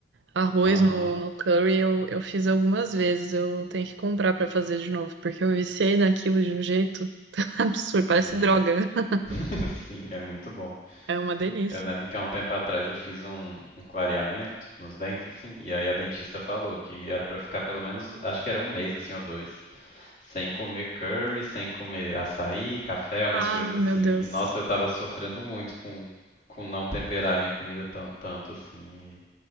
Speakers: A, on the right (about 80°); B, on the left (about 45°).
A: Arroz
B: Aham.
A: no, no curry eu, eu fiz algumas vezes. Eu tenho que comprar pra fazer de novo, porque eu viciei naquilo de um jeito <laughs> absurdo. Parece
B: Uhum.
A: droga.
B: <laughs>
A: <laughs>
B: Sim, é muito bom.
A: É uma delícia.
B: Eu lembro que há um tempo atrás eu fiz um, um clareamento nos dentes, assim, e aí a dentista falou que era pra ficar pelo menos, acho que era um mês, assim, ou dois. Sem comer curry, sem comer açaí, café, umas
A: Ah,
B: coisas assim.
A: meu Deus.
B: E nossa, eu tava sofrendo muito com, com não temperar minha comida tanto, tanto assim.